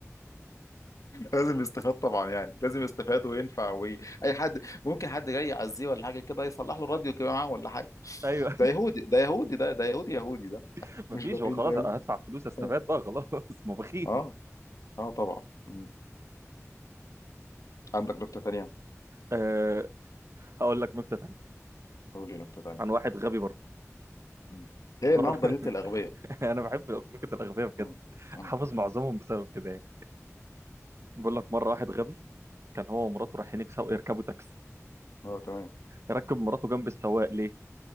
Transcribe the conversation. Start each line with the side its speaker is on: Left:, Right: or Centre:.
Left: لازم يستفاد طبعا يعني لازم يستفاد وينفع وي... اي حد ممكن حد جاي يعزيه ولا حاجه كده يصلح له راديو كده معاه ولا حاجه
Right: ايوه
Left: ده يهودي ده يهودي ده ده يهودي يهودي ده
Right: <laughs> ما
Left: مش
Right: فيش
Left: بخيل
Right: هو خلاص
Left: ده يهودي
Right: هدفع فلوس استفاد
Left: اه
Right: بقى خلاص <laughs> ما بخيل
Left: اه آه طبعا مم. عندك نكته تانيه
Right: أه هقول لك نكته ثانيه
Left: قول لي نكته تانيه
Right: عن واحد غبي برضه
Left: مم. ايه
Right: مره
Left: النهارده
Right: <laughs>
Left: ليله الاغبياء
Right: انا بحب نكت الاغبياء بجد
Left: اه اه
Right: حافظ معظمهم بسبب كده يعني بقول لك مره واحد غبي كان هو ومراته رايحين يكسبوا يركبوا تاكسي
Left: آه، تمام
Right: ركب مراته جنب السواق ليه